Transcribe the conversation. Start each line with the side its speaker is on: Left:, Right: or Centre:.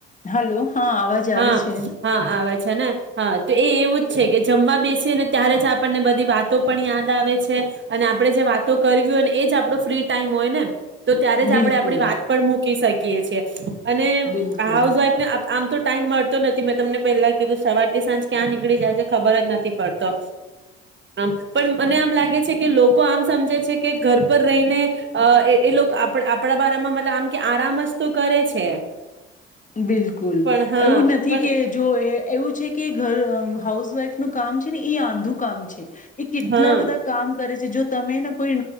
Left: હલો હા અવાજ આવે
Right: હા,
Left: છે
Right: હા, આવે છે ને હા તો એ એવું જ છે કે જમવા બેસીને ત્યારે જ આપણને બધી વાતો પણ યાદ આવે છે અને આપણે જે વાતો કરવી હોય ને એ જ આપણો ફ્રી ટાઈમ હોય ને તો ત્યારે જ
Left: બિલકુલ
Right: આપડે આપડી વાત પણ મૂક કી શાઈકીએ છીએ અને
Left: બિલકુલ
Right: આ હાઉસ વાઈફ ને આમ તો ટાઈમ મળતો નથી મેં તમને પહેલા કીધું સવાર થી સાંજ ક્યાં નીકળી જાય છે ખબર જ નથી પડતો, આમ પણ મને આમ લાગે છે કે લોકો આમ સમજે છે કે ઘર પર રહીને અ એ લોકો આપણા આપણા બારામાં મતલબ આમ કે આરામ જ તો કરે છે.
Left: બિલકુલ. કુલ
Right: પણ હા
Left: એવું નથી
Right: પણ
Left: કે જો એ એવું છે કે ઘર અ હાઉસ વાઈફ નું કામ છે ને એ આંધું કામ છે એ કેટલા
Right: હા
Left: બધા કામ કરે છે જો તમે ને કોઈ